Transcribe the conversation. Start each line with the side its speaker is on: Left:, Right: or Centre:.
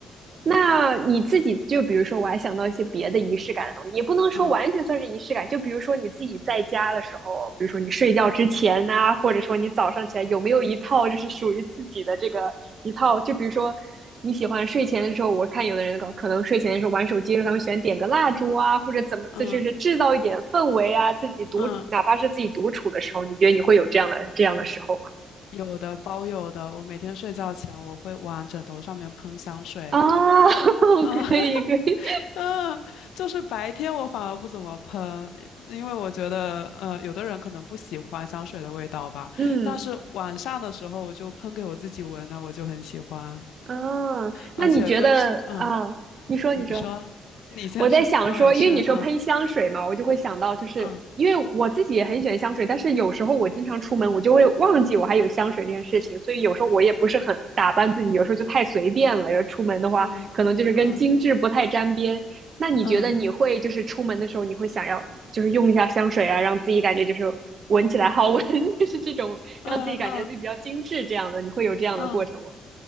Right: 那你自己就比如说，我还想到一些别的仪式感的东西，也不能说完全算是仪式感。
Left: 嗯
Right: 就比如说你自己在家的时候，比如说你睡觉之前呐、或者说你早上起来，有没有一套就是属于自己的这个一套？就比如说你喜欢睡前的时候，我看有的人可可能睡前的时候玩手机的时候，他们喜欢点个蜡烛啊，或者怎么，
Left: 嗯
Right: 这就是制造一点氛围啊。自己独，
Left: 嗯，
Right: 哪怕是自己独处的时候，你觉得你会有这样的这样的时候吗？
Left: 有的包有的，我每天睡觉前我会往枕头上面喷香水，
Right: 啊，<laughs>
Left: 就啊。
Right: 可以可以，
Left: <laughs> <laughs> 嗯，就是白天我反而不怎么喷，因为我觉得，呃，有的人可能不喜欢香水的味道吧。
Right: 嗯。
Left: 但是晚上的时候，我就喷给我自己闻呢，我就很喜欢。
Right: 哦，那你觉得啊？
Left: 而且根据，嗯，
Right: 你说，
Left: 你说，
Right: 你说，
Left: 你先说，
Right: 我在想说，
Left: 没事，
Right: 因为你说喷香水嘛，
Left: 嗯
Right: 我就会想到，就是因为我自己也很喜欢香水，
Left: 嗯
Right: 但是有时候我经常出门，我就会忘记我还有香水这件事情，所以有时候我也不是很打扮自己，有时候就太随便了。要出门的话，
Left: 嗯嗯
Right: 可能就是跟精致不太沾边。那你觉得你会就是出门的时候，
Left: 嗯
Right: 你会想要就是用一下香水啊，让自己感觉就是闻起来好闻，<laughs> 就是这种让自己感觉自己比较精致这样的，
Left: 嗯嗯嗯。
Right: 你会有这样的过程吗？
Left: 嗯